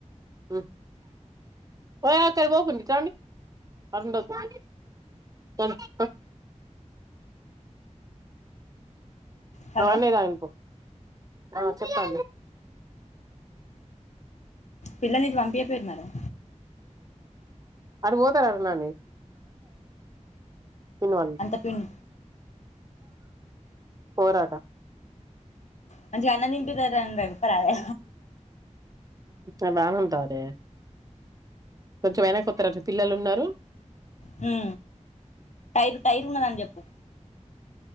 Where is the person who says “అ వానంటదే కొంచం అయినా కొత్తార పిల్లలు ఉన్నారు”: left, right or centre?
Right